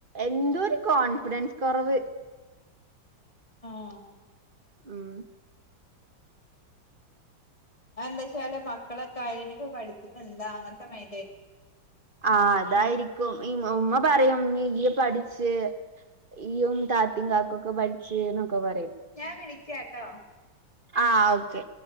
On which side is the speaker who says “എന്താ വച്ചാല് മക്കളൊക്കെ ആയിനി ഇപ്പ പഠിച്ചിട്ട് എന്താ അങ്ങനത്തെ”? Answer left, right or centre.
Left